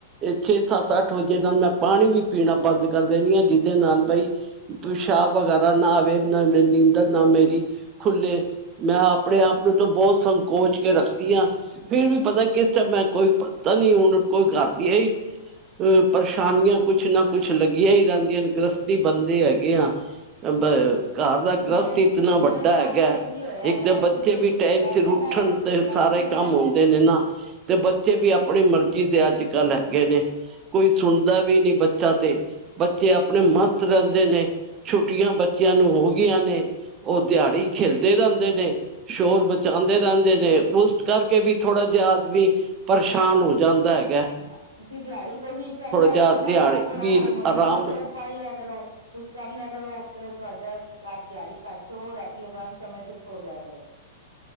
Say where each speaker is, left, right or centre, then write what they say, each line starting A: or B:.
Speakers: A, on the right; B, on the right.
A: ਛੇ, ਸੱਤ, ਅੱਠ ਵਜੇ ਨਾਲ ਮੈਂ ਪਾਣੀ ਵੀ ਪੀਣਾ ਬੰਦ ਕਰ ਦੇਣੀ ਆਂ ਜਿਹਦੇ ਨਾਲ ਬਈ ਪੇਸ਼ਾਬ ਵਗੈਰਾ ਨਾ ਆਵੇ ਨਾ ਮ ਨੀਂਦ ਨਾ ਮੇਰੀ ਖੁੱਲੇ ਮੈਂ ਆਪਣੇ ਆਪ ਨੂੰ ਤਾਂ ਬੋਤ ਸੰਕੋਚ ਕੇ ਰੱਖਦੀ ਅ ਫਿਰ ਵੀ ਪਤਾ ਕਿਸ ਟਾਈਮ ਮੈਂ ਕੋਈ ਪਤਾ ਨੀ ਹੁਨ ਕੋਈ ਘਰ ਦੀਆਂ ਹੀ ਆਂ ਪਰੇਸ਼ਾਨੀਆਂ ਕੁਛ ਨਾ ਕੁਛ ਲੱਗੀਆਂ ਈ ਰਹਿੰਦੀਆਂ ਨੇ ਗ੍ਰਹਸਤੀ ਬੰਦੇ ਹੈਗੇ ਆ ਬ ਘਰ ਦਾ
B: ਮੇਰੇ
A: ਗ੍ਰਹਿਸਤ ਇਤਨਾ
B: ਮੇਰੇ
A: ਵੱਡਾ
B: ਨਾਲ
A: ਹੈਗਾ
B: ਵੀ ਇੰਝ ਹੀ ਹੋਇਆ
A: ਇੱਕ
B: ਭੈਣ
A: ਤਾਂ
B: ਜੀ
A: ਬੱਚੇ
B: ਉਸ ਦਿਨ
A: ਵੀ ਟਾਈਮ
B: ਰਾਤੀ
A: ਉੱਠਨ
B: ਮੈਂ
A: ਤੇ
B: ਰਾਤੀ
A: ਸਾਰੇ ਕੰਮ
B: ਮੈਂ
A: ਹੁੰਦੇ ਨੇ। ਨਾ ਤੇ ਬੱਚੇ ਵੀ ਆਪਣੀ ਮਰਜ਼ੀ ਦੇ ਅੱਜ ਕੱਲ ਹੈਗੇ ਨੇ ਕੋਈ ਸੁਨਦਾ ਵੀ ਨੀ ਬੱਚਾ ਤੇ, ਬੱਚੇ ਆਪਣੇ ਮਸਤ ਰਹਿੰਦੇ ਨੇ। ਛੁੱਟੀਆਂ ਬੱਚਿਆਂ ਨੂੰ ਹੋ ਗਈਆਂ ਨੇ ਉਹ ਦਿਹਾੜੀ ਖੇਲਦੇ ਰਹਿੰਦੇ ਨੇ ਸ਼ੋਰ ਮ ਮਚਾਂਦੇ ਰਹਿੰਦੇ ਨੇ ਉਸ ਕਰਕੇ ਵੀ ਥੋੜ੍ਹਾ ਜਿਹਾ ਆਦਮੀ ਪਰੇਸ਼ਾਨ ਹੋ ਜਾਂਦਾ ਏ।
B: ਹ ਤੁਸੀਂ ਦਿਹਾੜੀ ਕੋਸ਼ਿਸ਼ ਕਰ ਲਿਆ
A: ਜਿਹਾ
B: ਕਰੋ ਨਾ,
A: ਦਿਹਾੜੀ
B: ਥੋੜ੍ਹਾ
A: ਵੀ
B: ਹਰਮੋਨੀਅਮ
A: ਆਰਾਮ
B: ਤੇ ਸ਼ਬਦ ਪੜ੍ਹ ਲਿਆ ਕਰੋ, ਕੁਛ ਕਰ ਲਿਆ ਕਰੋ ਤੇ ਤੁਹਾਡਾ ਰਾਤ ਦਿਹਾੜੀ ਕੱਟ ਸੋਵੋਂ ਰਾਤੀ ਆਪਨਾ ਸਮੇਂ ਸਿਰ ਸੋ ਜਾਇਆ ਕਰੋ।